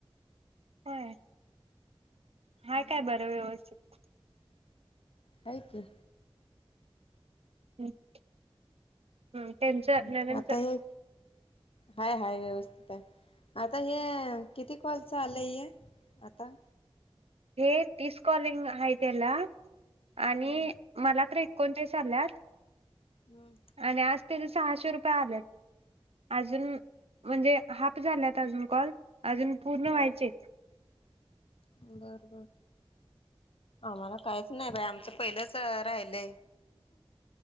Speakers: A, on the right; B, on the left.
A: हय. हाय
B: हम्म
A: काय बर व्यवस्थित.
B: हाय की.
A: <inaudible>
B: हूं हूं
A: ननंदच
B: आता हे. हाय हाय व्यवस्थित आहे आ ता ले किती कॉल झा झालंय आता.
A: हे तीस कॉलिंग हाय तेला.
B: हम्म
A: आणि मला. एकोणचाळीस आल्यात.
B: हम्म
A: आणि आज ते. सहाशे रुपये आल्यात, अजून म्हणजे हाफ झाल्यात अजून कॉल. अजून पूर्ण व्हायचे.
B: हा बर आम्हाला काहीच नाही बाई आमचं पहिलंच राहिलंय.